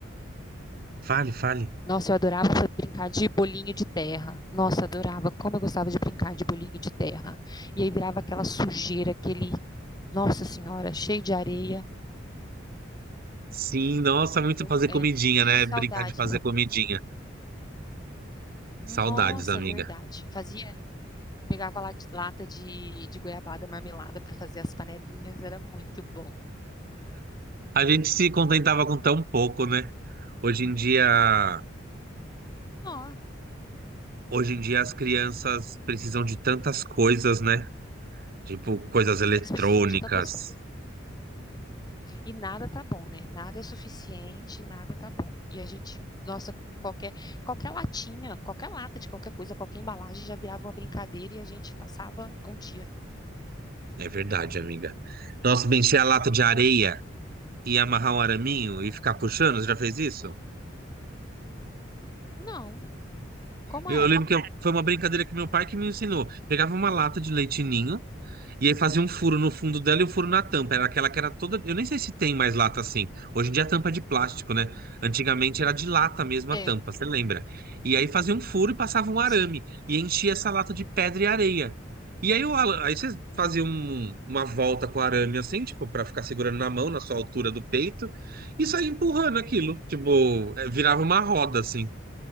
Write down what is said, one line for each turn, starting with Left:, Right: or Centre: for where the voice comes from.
Right: Fale, fale.
Left: Nossa, eu adorava brincar de bolinho de terra. Nossa, adorava. Como eu gostava de brincar de bolinho de terra. E aí virava aquela sujeira, aquele. Nossa Senhora, cheio de areia.
Right: Sim, nossa, muito
Left: Eu,
Right: fazer
Left: é,
Right: comidinha,
Left: que
Right: né?
Left: saudade.
Right: Brincar de fazer comidinha.
Left: Nossa,
Right: Saudades, amiga.
Left: verdade. Fazia. Pegava lat- lata de, de goiabada marmelada para fazer as panelinhas. Era muito bom.
Right: A gente se contentava com tão pouco, né? Hoje em dia,
Left: Nossa,
Right: hoje em dia as crianças precisam de tantas coisas, né? Tipo, coisas eletrônicas.
Left: eles precisam de tantas coisas. E nada tá bom, né? Nada é o suficiente, nada tá bom. E a gente, nossa, qualquer, qualquer latinha, qualquer lata de qualquer coisa, qualquer embalagem já virava uma brincadeira e a gente passava um dia.
Right: É verdade, amiga. Nossa, bem, encher a lata de areia e amarrar um araminho e ficar puxando, você já fez isso?
Left: Não, como
Right: Eu,
Left: era?
Right: eu lembro que eu- foi uma brincadeira que meu pai que me ensinou. Pegava uma lata de leite ninho E aí fazia um furo no fundo dela e um furo
Left: Uhum.
Right: na tampa. Era aquela que era toda. Eu nem sei se tem mais lata assim. Hoje em dia a tampa é de plástico, né? Antigamente era de lata mesmo
Left: É,
Right: a tampa, você lembra? E aí fazia um furo e passava um arame.
Left: sim.
Right: E enchia essa lata de pedra e areia. E aí, o Alan- aí você fazia um- uma volta com o arame assim, tipo, pra ficar segurando na mão, na sua altura do peito, e saía empurrando aquilo. Tipo, é, virava uma roda assim.